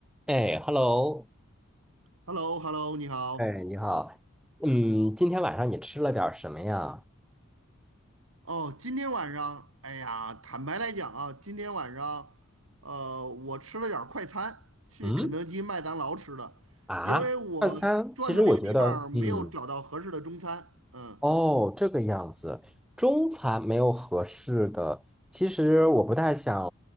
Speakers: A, in the centre; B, on the right.
A: 哎，hello，
B: h e l l o h e l l o 你好。
A: 哎，你好，嗯，今天晚上你吃了点儿什么呀？
B: 哦，今天晚上，哎呀，坦白来讲啊，今天晚上，呃，我吃了点儿快餐，去肯德基、
A: 嗯，
B: 麦当劳吃的，
A: 啊，
B: 因为我转的那个地方儿没有找到合适的中餐。
A: 晚餐其实我觉得，嗯，
B: 嗯
A: 哦，这个样子，中餐没有合适的。其实我不太想，